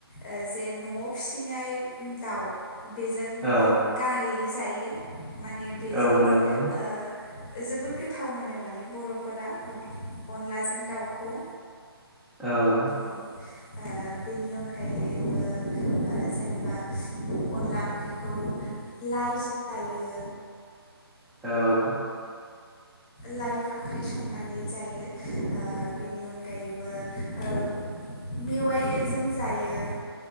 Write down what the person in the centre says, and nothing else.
औ
औ नंगौ
औ
औ